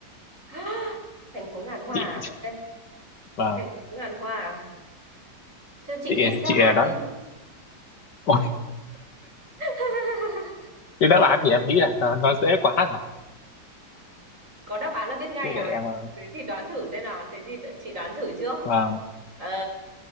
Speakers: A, on the right; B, on the left.
A: <gasps> Thành phố ngàn hoa.
B: chị.
A: à? Ok.
B: và
A: Thành phố ngàn hoa. à? Cho chị
B: chị
A: list đáp
B: chị
A: án
B: đó
A: đi.
B: ôi
A: <laughs>
B: cái đáp án thì em nghĩ là nó, nó dễ quá rồi
A: Có đáp án là biết ngay
B: thế
A: à?
B: để em ờ,
A: Thế thì đoán thử xem nào. Thế thì đợi chị đoán thử trước.
B: vâng
A: Ờ,